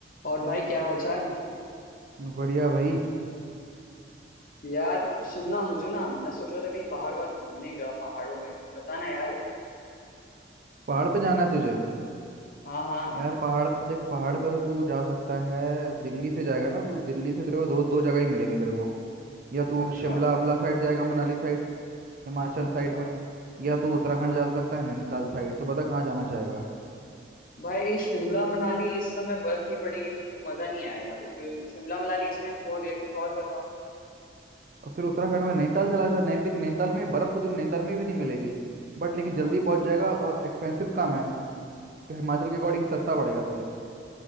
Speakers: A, on the left (about 50°); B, on the right (about 50°).
A: और भाई क्या हालचाल
B: बढ़िया भाई
A: यार सुनना मुझे ना मैं सोच रहा था कहीं बाहर वाहर घूमने का पहाड़ों में कुछ बताना यार
B: पहाड़ पे जाना है तुझे
A: हाँ हाँ
B: यार पहाड़ पे देख पहाड़ पे तो तू जा सकता है दिल्ली से जाएगा ना तो दिल्ली से तेरे को दो दो जगह ही मिलेंगे तेरे को या तू
A: अच्छा
B: शिमला अम्बला साइड जाएगा मनाली साइड हिमाचल
A: अच्छा
B: साइड में या तू उत्तराखंड
A: हाँ
B: जा
A: हाँ
B: सकता है नैनीताल साइड तो बता कहाँ जाना चाहेगा
A: भाई शिमला मनाली इस समय बर्फ नहीं पड़ेगी तो फिर मजा नहीं आएगा तो फिर शिमला मनाली इस टाइम छोड़ दे कुछ और बता
B: और फिर उत्तराखंड में नैनीताल चला जा नैनी देख नैनीताल में बर्फ़ तो तुझे नैनीताल में भी नहीं मिलेगी बट लेकिन जल्दी
A: हाँ
B: पहुंच जाएगा और एक्सपेंसिव कम है हिमाचल के अकॉर्डिंग सस्ता पड़ेगा तुझे